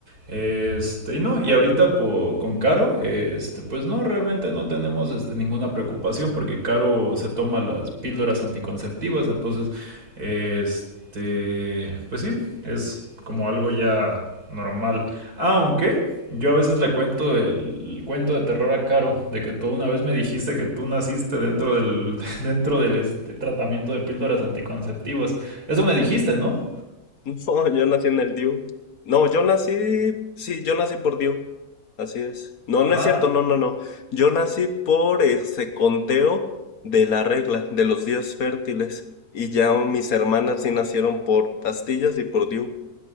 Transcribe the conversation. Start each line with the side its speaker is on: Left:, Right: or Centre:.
Right: Este, y no, y ahorita po- con Caro, este, pues no, realmente no tenemos este, ninguna preocupación porque Caro se toma las píldoras anticonceptivas, entonces, este, pues sí, es como algo ya normal. Aunque yo a veces le cuento el cuento de terror a Caro, de que tú una vez me dijiste que tú naciste dentro del, <laughs> dentro del este, tratamiento de píldoras anticonceptivas. Eso me dijiste, ¿no?
Left: No, <laughs> yo nací en el DIU. No, yo nací, sí, yo nací por DIU. Así es. No, no
Right: Ah,
Left: es cierto, no, no, no. Yo nací por ese conteo de la regla, de los días fértiles. Y ya mis hermanas sí nacieron por pastillas y por DIU.